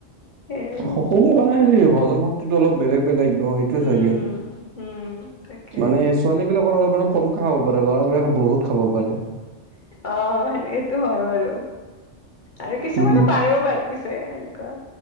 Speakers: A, on the left; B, on the right.
A: সেই
B: সকলোৱে মানে হেৰি হজম শক্তিটো অলপ বেলেগ বেলেগ নহয়। সেই টো
A: উম
B: চাগে,
A: উম তাকে
B: মানে ছোৱালী বিলাকৰ অলপ মানে কমকে খাব পাৰে। ল'ৰাবিলাকে বহুত খাব পাৰে
A: অ' এইটো হয় বাৰু। আৰু কিছুমানে
B: উম
A: পাৰেও বাৰু পিছে এনেকুৱা।